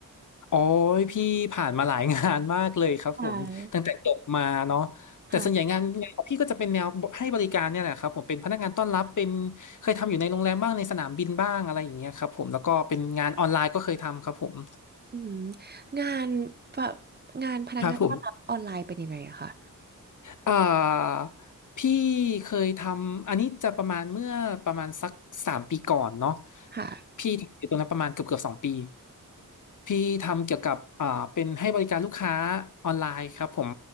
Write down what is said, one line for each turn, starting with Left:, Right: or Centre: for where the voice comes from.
Left: โอ้ยพี่ผ่านมาหลายงานมากเลยครับผม
Right: ค่ะ
Left: <laughs> ตั้งแต่จบมาเนาะแต่ส่วนใหญ่งานงานของพี่ก็จะเป็นแนวให้บริการเนี่ยแหละครับผมเป็นพนักงานต้อนรับเป็น
Right: ค่ะ
Left: เคยทำอยู่ในโรงแรมบ้างในสนามบินบ้างอะไรอย่างเงี้ยครับผมแล้วก็เป็นงานออนไลน์ก็เคยทำครับผม
Right: อืมงานแบบงานพนักงานต้อนรับออนไลน์เป็นยังไงอะค่ะ
Left: ครับผม เอ่อพี่เคยทำอันนี้จะประมาณเมื่อประมาณสักสามปีก่อนเนาะ
Right: ค่ะ
Left: พี่ทำอยู่ตรงนั้นประมาณเกือบเกือบสองปีพี่ทำเกี่ยวกับอ่าเป็นให้บริการลูกค้าออนไลน์ครับผม